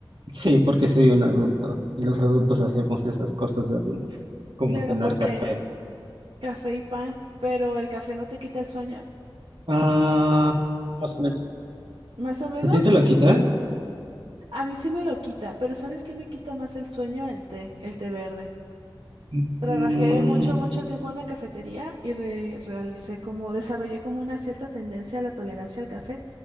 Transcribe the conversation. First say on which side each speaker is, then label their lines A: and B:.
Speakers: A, on the right (about 70°); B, on the right (about 80°).
A: sí, porque soy un adulto y los adultos hacemos esas cosas de adultos, como
B: Claro,
A: cenar
B: porque
A: café.
B: café y pan, pero el café no te quita el sueño.
A: Ah, más o menos.
B: Más o menos,
A: ¿A ti te
B: entonces,
A: lo quita?
B: por- a mí sí me lo quita, pero ¿sabes qué me quita más el sueño? El té, el té verde.
A: Mm,
B: Trabajé mucho, mucho tiempo en una cafetería y re- realicé como, desarrollé como una cierta tendencia a la tolerancia al café.